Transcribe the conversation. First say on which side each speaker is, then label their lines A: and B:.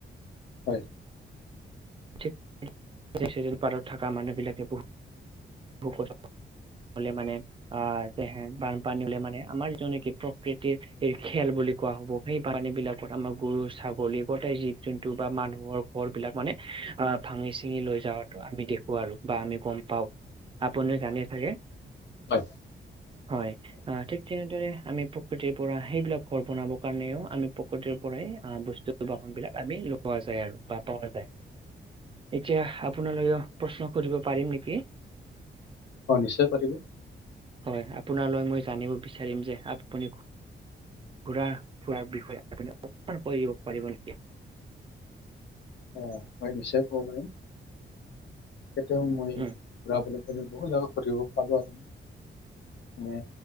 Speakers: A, on the left (about 75°); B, on the right (about 30°).
A: হয়।
B: ঠিক <unintelligible> পাহাৰত থকা মানুহ বিলাকে বহুত কষ্ট। হ'লে মানে আহ, বানপানী হ'লে মানে আমাৰ নিজৰ প্ৰকৃতিৰ এই খেল বুলি কোৱা হ'ব। সেই পানী বিলাকত আমাৰ গৰু, ছাগলী গোটাই যি যোনটো বা মানুহৰ ঘৰ বিলাক মানে। আহ, ভাঙি- চিঙি লৈ যাৱটো আমি দেখো আৰু বা আমি গম পাও। আপুনি জানেই চাগে?
A: হয়
B: হয়, অ ঠিক তেনেদৰে আমি প্ৰকৃতিৰ পৰা সেইবিলাক ঘৰ বনাব কাৰণেও আমি প্ৰকৃতিৰ পৰাই আহ, বস্তু বাহন বিলাক আমি নোপোৱা যায় আৰু বা পোৱা নাযায়। এতিয়া আপোনালৈও প্ৰশ্ন কৰিব পাৰিম নেকি?
A: অ, নিশ্চয় পাৰিব।
B: হয়, আপোনালৈ মই জানিব বিচাৰিম যে আপুনি ঘুৰা- ফুৰা বিষয়ে, আপুনি অকমান কৈ দিব পাৰিব নেকি?
A: অ, হয়, নিশ্চয় ক'ব পাৰিম। এতিয়াও মই
B: উম,
A: ঘূৰা বুলি কলে, বহুত জাগা ঘুৰিব পালো আৰু। নে